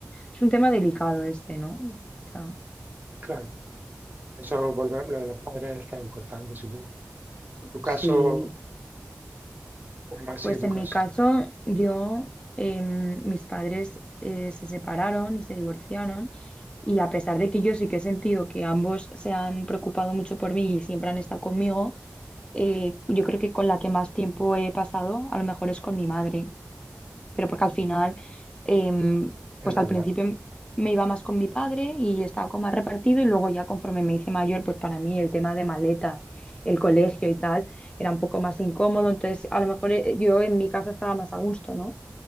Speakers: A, on the left; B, on the right.
A: es un tema delicado este, ¿no? O sea,
B: Claro, eso volver, lo de los padres está importante, supongo. En tu caso,
A: sí.
B: ¿cómo ha sido
A: Pues
B: tu
A: en
B: caso?
A: mi caso, yo, em, mis padres eh, se separaron y se divorciaron. Y a pesar de que yo sí que he sentido que ambos se han preocupado mucho por mí y siempre han estado conmigo, eh, yo creo que con la que más tiempo he pasado, a lo mejor es con mi madre. pero porque al final, em,
B: Es
A: pues
B: normal,
A: al principio m- me iba más con mi padre y estaba como más repartido y luego ya conforme me hice mayor, pues para mí el tema de maletas, el colegio y tal, era un poco más incómodo, entonces a lo mejor eh, yo en mi casa estaba más a gusto, ¿no?